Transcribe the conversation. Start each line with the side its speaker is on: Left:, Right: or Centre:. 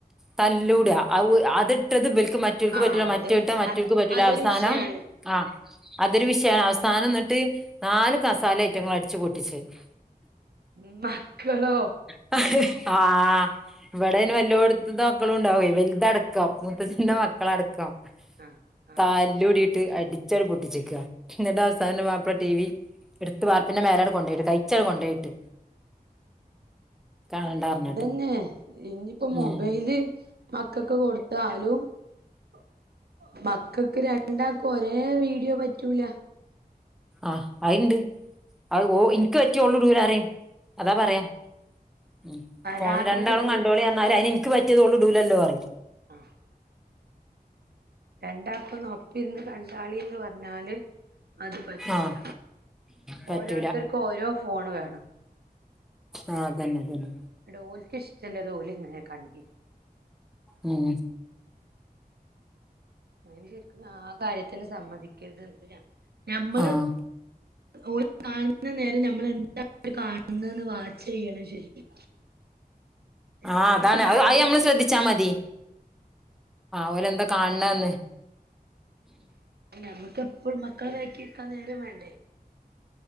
Centre: തല്ലൂടെഔ അതിട്ടത് ബൽക്ക് മറ്റ് റ്റൊൾക്ക്
Right: ആഹ്
Centre: പറ്റുല മറ്റേത്ട്ട
Right: അത്
Centre: മറ്റൊൽ
Right: അത്
Centre: ക്ക് പറ്റുല
Right: അതൊരു
Centre: അവസാനം
Right: വിഷയാണ്
Centre: ആഹ് അതൊരു വിഷയാണ് അവസാന ന്നിട്ട് നാല് കസാല ഐറ്റങ്ങൾ അടിച്ചു പൊട്ടിച്ചത് <inaudible>
Right: ഉം മക്കളോ?
Centre: ഹ ഹ് ആഹ ഇവിടെ അയ്ന് വല്ലോട്ത്ത്ത്തെ മക്കളുണ്ടാവു വലുതടക്കം മൂത്തച്ഛന്റെ മക്കളടക്കാം
Right: ആഹ് ആഹ്
Centre: തല്ലൂടിട്ട് അടിച്ചണ് പൊട്ടിച്ചിക്ക്‌ക എന്നിട്ടവസാനം മാപ്പള ടി. വി എടുത്ത് വാർപിന്റെ മേലടെ കൊണ്ട യിട്ട് കയിച്ചണ് കൊണ്ടയിട്ട് കാണണ്ടാർഞ്ഞിട്ട്
Right: അ ഇതന്നെ ഇനിയിപ്പോ മൊബൈല്..
Centre: ഉം
Right: മക്കൾക്ക് കൊടുത്താലും ഒ മക്കക്ക് രണ്ട് ണ്ടാക്കുഒരേ വീഡിയോ പറ്റൂല
Centre: ആഹ് അത്ണ്ട് അയ്
Right: ഉം
Centre: ഓ ഇൻക്ക് പറ്റിയെഓള്ടൂലറയും അതാ
Right: ആഹ്
Centre: പറയാ ഉം
Right: പരാതികൾ
Centre: ഫോണ് രണ്ടാളും
Right: തീർക്കാനേ
Centre: കണ്ടോളിറഞ്ഞന്ന അയിന് ൻക്ക് പറ്റിയതോള് ടൂലല്ലോ പറീ
Right: അഹ് രണ്ടാക്കൊന്ന്പ്പിരുന്ന് കണ്ടാളിന്ന് പറഞ്ഞാല് അത് പറ്റൂല
Centre: ആഹ് പറ്റൂല
Right: ഓരോരുത്തർക്കും ഓരോ ഫോണ് വേണം
Centre: ആഹ അതന്നെ അതന്നെ
Right: ൻട്ടോൽക്ക്‌ഷ്ടമല്ലത് ഓല് ങ്ങനെ കണ്ട
Centre: ഉം
Right: അയിന്ശരിക്കും ആ കാര്യത്തിന് സമ്മതിക്കരുത് ന്ന് ഞമ്മള്
Centre: ആഹ്
Right: ഓല് കാണുന്ന നേരം നമ്മൾെന്താണവര് കാണുന്നെന്ന് വാച്ച് ചെയ്യണം ശരിക്കും എന്താണ്
Centre: ആഹ അതാണ്
Right: മക്കള്
Centre: അയ് നമ്മള് ശ്രദ്ധിച്ചാ മതി ഓലെന്താ കാണണന്ന്
Right: നമ്മുക്ക് എപ്പോളുംമക്കള വാക്കിക്കാൻ നേരം വേണ്ടേ